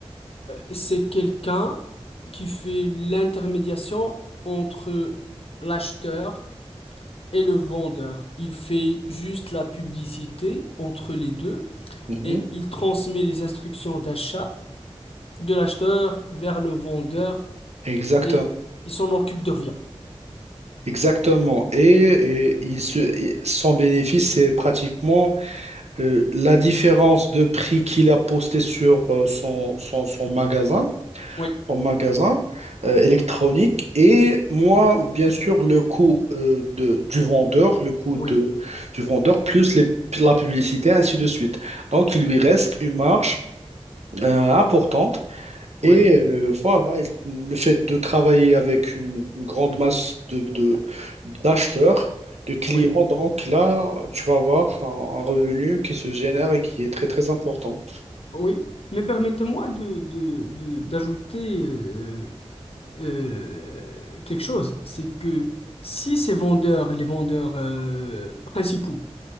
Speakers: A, on the left; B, on the right.
A: c'est quelqu'un qui fait l'intermédiation entre l'acheteur et le vendeur. Il fait juste la publicité entre les deux
B: mhm,
A: et il transmet les instructions d'achat de l'acheteur vers le vendeur
B: Exactement.
A: et il s'en occupe de rien.
B: Exactement. Et, et il se, et son bénéfice, c'est pratiquement euh, la différence de prix qu'il a posté sur euh, son, son, son magasin,
A: Oui,
B: son magasin euh, électronique. Et moi, bien sûr, le coût euh, de, du vendeur, le coût
A: oui,
B: de, du vendeur, plus les, la publicité, ainsi de suite. Donc, il lui reste une marge euh, importante. Et
A: oui,
B: euh, voilà, et le fait de travailler avec une, une grande masse de, de- d'acheteurs, de clients,
A: oui.
B: donc là, tu vas avoir un, un revenu qui se génère et qui est très très important.
A: Oui, mais permettez-moi de, de- de- d'ajouter euh, euh, quelque chose. C'est que si ces vendeurs, les vendeurs euh, principaux,